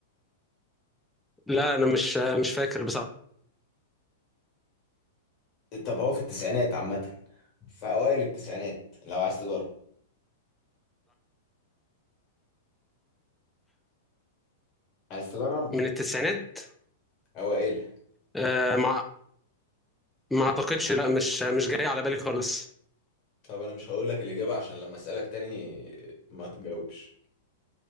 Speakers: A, in the centre; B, on the left.
A: لا أنا مش مش فاكر بصراحة
B: طب هو في التسعينات عامة في أوائل التسعينات لو عايز تجرب عايز تجرب
A: من التسعينات
B: أوائلها
A: آه، مع ما اعتقدش لا مش مش جاي على بالي خالص
B: طب أنا مش هقول لك الإجابة عشان لما أسألك تاني ما تجاوبش